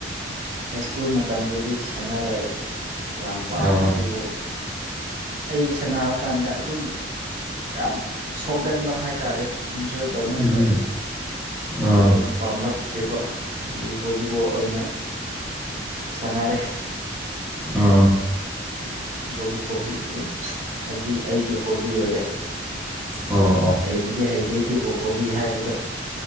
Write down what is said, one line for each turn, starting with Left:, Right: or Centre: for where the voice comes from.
Right: ꯍꯥꯏ ꯁ꯭ꯀꯨꯜ ꯃꯇꯝꯗꯗꯤ ꯁꯥꯟꯅꯔꯛꯑꯦ ꯌꯥꯝ ꯄꯥꯝꯅ
Centre: ꯑꯣ
Right: ꯑꯗꯨꯕꯨ ꯑꯩ ꯁꯥꯟꯅꯕ ꯀꯥꯟꯗ ꯑꯗꯨꯝ ꯌꯥꯝ ꯁꯣꯛꯒꯟꯕ ꯍꯥꯏꯇꯥꯔꯦ ꯏꯟꯖꯣꯔ ꯇꯧꯃꯟꯕ
Centre: ꯎꯝ
Right: ꯑꯗꯨꯒꯤ
Centre: ꯎꯝ
Right: ꯑꯩ ꯄꯥꯝꯂꯛꯇ꯭ꯔꯤꯕ ꯑꯩꯒꯤ ꯕꯣꯂꯤꯕꯣꯜ ꯑꯣꯏꯅ ꯁꯥꯟꯅꯔꯦ
Centre: ꯑ
Right: ꯚꯣꯂꯤꯕꯣꯜꯗꯤ ꯑꯗꯨꯝ ꯍꯥꯏꯗꯤ ꯑꯩꯒꯤ ꯍꯣꯕꯤ ꯑꯣꯏꯔꯦ
Centre: ꯑꯣ ꯑꯣ
Right: ꯍꯩꯕꯨꯗꯤ ꯍꯩꯗꯦ ꯑꯗꯨꯕꯨ ꯍꯣꯕꯤ ꯍꯥꯏꯕꯗꯣ